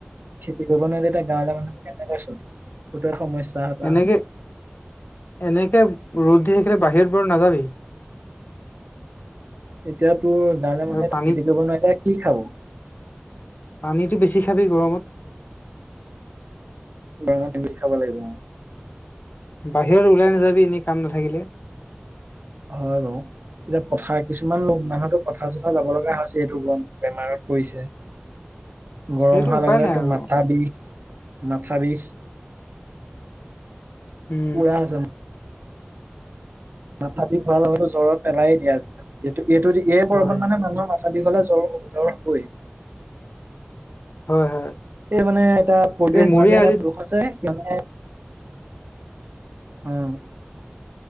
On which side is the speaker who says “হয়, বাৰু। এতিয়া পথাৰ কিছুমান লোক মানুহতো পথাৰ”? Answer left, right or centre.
Right